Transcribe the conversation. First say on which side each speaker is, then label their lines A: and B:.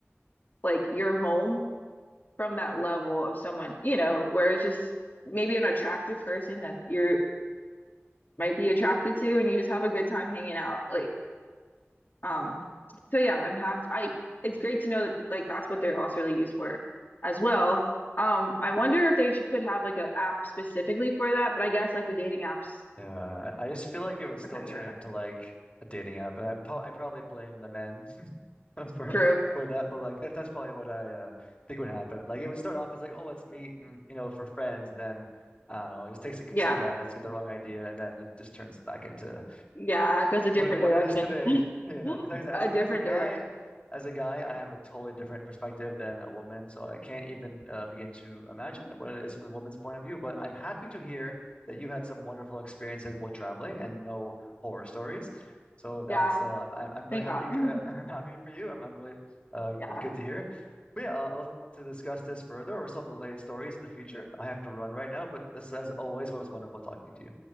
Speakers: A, on the left; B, on the left.
A: like your home from that level of someone, you know, where it's just maybe an attractive person that you're might be attracted to and you just have a good time hanging out. Like Um, so yeah, I'm happy. I it's great to know that like that's what they're also really used for as well. Um, I wonder if they should, could have like an app specifically for that, but I guess like the dating apps
B: Yeah, I I just feel like it would still
A: are kind of
B: turn
A: good enough.
B: into like a dating app, and I, pro I probably blame the men <laughs> for
A: True.
B: for that. But like that, that's probably what I uh, think would happen. Like it would start off as like, oh, let's meet, and, you know, for friends, and then I don't know, it just takes like,
A: Yeah.
B: some guys to get the wrong idea, and then it just turns back into
A: Yeah, it goes a different
B: what it
A: direction.
B: what it is today.
A: <laughs>
B: <laughs> Yeah, like I said,
A: A
B: as a
A: different
B: as a guy,
A: direction.
B: as a guy, I have a totally different perspective than a woman, so I can't even uh, begin to imagine what it is from the woman's point of view. But I'm happy to hear that you had some wonderful experiences while traveling and no horror stories. So that's
A: Yeah,
B: uh, I'm I'm I'm
A: thank
B: really happy.
A: God. <laughs>
B: Uh, <laughs> I'm happy for you. I'm I'm really uh,
A: Yeah.
B: it's good to hear. But yeah, uh, I'll love to discuss this further or some related stories in the future. I have to run right now, but this, as always, was wonderful talking to you.